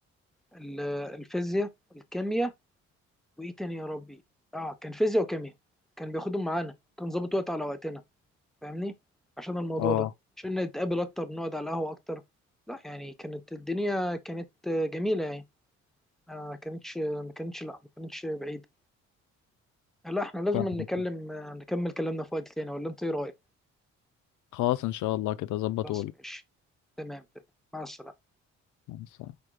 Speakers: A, in the centre; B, on the left.
A: ال- الفيزياء الكيمياء وايه تاني يا ربي اه كان فيزياء وكيمياء كان بياخدهم معانا كان ظابط وقت على وقتنا فاهمني عشان الموضوع
B: اه
A: ده عشان نتقابل اكتر نقعد على القهوة اكتر لا يعني كانت الدنيا كانت آه، جميلة يعني آه، ما كانتش ما كانتش لا ما كانتش بعيدة لا احنا لازم
B: فاهم.
A: نكلم نكمل كلامنا في وقت تاني ولا انت ايه رايك
B: خلاص ان شاء الله كده ظبط
A: خلاص ماشي تمام تمام مع السلامه
B: وقول